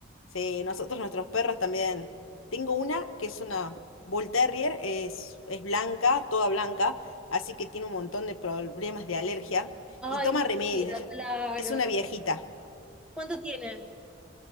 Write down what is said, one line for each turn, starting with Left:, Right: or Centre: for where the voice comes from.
Left: Sí, nosotros, nuestros perros también. Tengo una que es una Bull Terrier, es, es blanca, toda blanca, así que tiene un montón de problemas de alergia
Centre: Ay,
Left: y toma
Centre: mi
Left: remedios.
Centre: vida,
Left: Ella
Centre: claro.
Left: es una viejita
Centre: ¿Cuánto tiene?